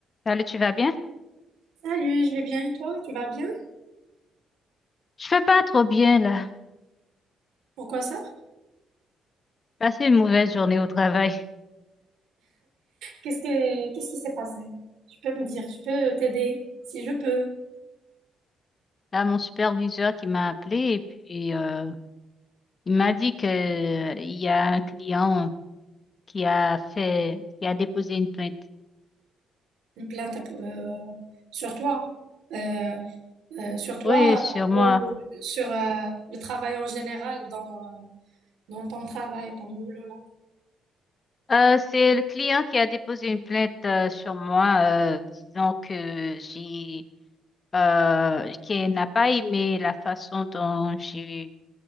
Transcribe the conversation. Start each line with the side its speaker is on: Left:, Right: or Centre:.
Left: Salut, tu vas bien?
Right: Salut, je vais bien et toi? Tu vas bien?
Left: Je vais pas trop bien là.
Right: Pourquoi ça?
Left: J'ai passé une mauvaise journée au travail.
Right: Qu'est-ce que qu'est-ce qui s'est passé? Tu peux me dire, je peux t'aider si je peux.
Left: Là, mon superviseur qui m'a appelé et puis euh, il m'a dit que euh, il y a un client qui a fait, qui a déposé une plainte.
Right: Une plainte euh, sur toi, Euh, euh, sur toi
Left: Oui, sur
Right: euh,
Left: moi.
Right: ou sur euh, le travail en général dans dans ton travail, ton boulot là.
Left: Euh, c'est le client qui a déposé une plainte euh, sur moi, euh, disant que j'ai, euh, qu'il n'a pas aimé la façon dont j'ai,